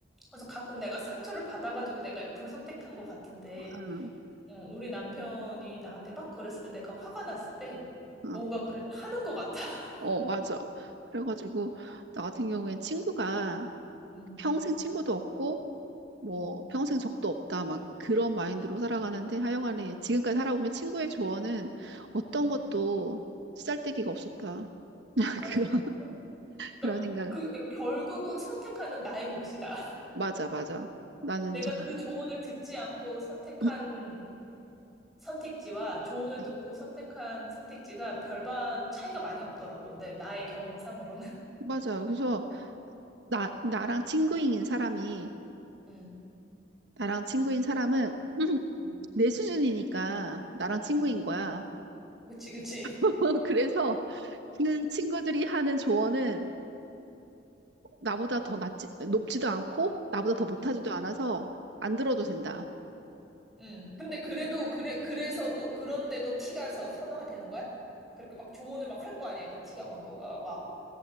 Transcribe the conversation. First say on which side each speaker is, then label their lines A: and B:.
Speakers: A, in the centre; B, on the right.
A: 그래서 가끔 내가 상처를 받아가지고 내가 F를 선택한 것 같은데,
B: 응,
A: 어, 우리 남편이 나한테 막 그랬을 때 내가 화가 났을 때
B: 응.
A: 뭔가 그래도 하는 것 같아. <laughs>
B: 어, 맞아. 그래가지고 나 같은 경우엔 친구가
A: 음,
B: 평생 친구도 없고 뭐
A: 음,
B: 평생 적도 없다 막 그런 마인드로 살아가는데 하여간에 지금까지 살아보면 친구의 조언은 어떤
A: 음.
B: 것도 쓰잘데기가 없었다. <laughs>
A: 맞아,
B: 그런
A: 맞아. 그러니까,
B: 그런 생각.
A: 그, 그러니까 결국은 선택하는 나의 몫이다.
B: 맞아, 맞아. 나는
A: 내가
B: 정말
A: 그 조언을 듣지 않고 선택한
B: <clears throat>
A: 선택지와 조언을
B: <laughs>
A: 듣고 선택한 선택지가 별반 차이가 많이 없더라고. 내, 나의 경험상으로는.
B: 맞아. 그래서 나 나랑 친구인 사람이
A: 음,
B: 나랑 친구인 사람은 <clears throat> <laughs>
A: 음,
B: 내 수준이니까 나랑 친구인
A: 음.
B: 거야.
A: 그치, 그치.
B: <laughs> 그래서 그 친구들이 하는 조언은 나보다 더 낮지, 높지도 않고 나보다 더 못하지도
A: 음.
B: 않아서 안 들어도 된다.
A: 음. 근데 그래도, 그래, 그래서 또, 그런데도 티가 서 선호가 되는 거야? 그렇게 막 조언을 막 할 거 아니야. 그 티가 막 너가 막,